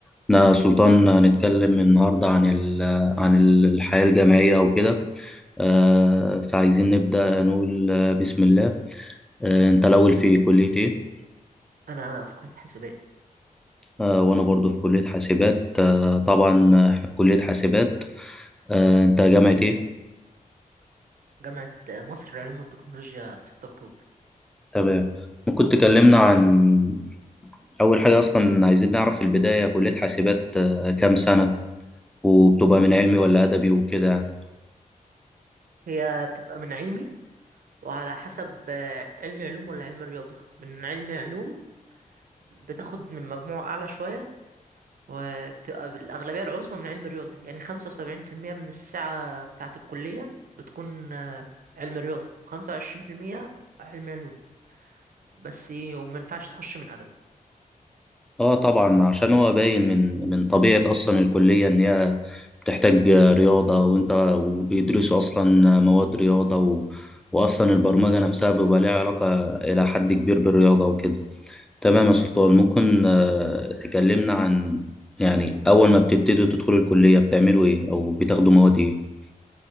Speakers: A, in the centre; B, on the right.
A: احنا سلطان هنتكلم النهاردة عن ال عن ال- الحياة الجامعية وكده آه، فعايزين نبدأ نقول آه، بسم الله آه، انت الأول في كلية ايه؟
B: انا في كليه حاسبات
A: آه، وانا برضو في كلية حاسبات آه، طبعا آه، احنا في كلية حاسبات آه، انت جامعة ايه؟
B: جامعه مصر للعلوم والتكنولوجيا في 6 اكتوبر
A: تمام ممكن تكلمنا عن أول حاجة أصلا عايزين نعرف في البداية كلية حاسبات آه، كام سنة وبتبقى من علمي ولا أدبي وكده يعني.
B: هي بتبقى من علمي وعلى حسب آه، علم علوم ولا علم رياضه من علم علوم بتاخد من مجموع اعلى شويه وبتبقى الاغلبيه العظمى من علم رياضه يعني 75% من الساعه بتاعه الكليه بتكون آه، علم رياضه 25% علم علوم بس ومينفعش تخش من
A: اه طبعا عشان هو باين من من طبيعة اصلا الكلية ان هي بتحتاج رياضة وانت وبيدرسوا اصلا مواد رياضة و... واصلا البرمجة نفسها بيبقى ليها علاقة الى حد كبير بالرياضة وكده تمام يا سلطان ممكن آه، تكلمنا عن يعني اول ما بتبتدوا تدخلوا الكلية بتعملوا ايه او بتاخدوا مواد ايه